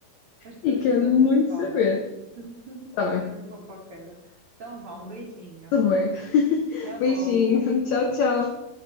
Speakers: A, on the right; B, on the left.
A: Mas depois
B: E quero
A: então
B: muito
A: a gente fala.
B: saber.
A: <laughs>
B: Tá bem.
A: Bem fofoqueira. Então vá, um beijinho.
B: Tá bem. <laughs>
A: Até logo.
B: Beijinho. Tchau, tchau.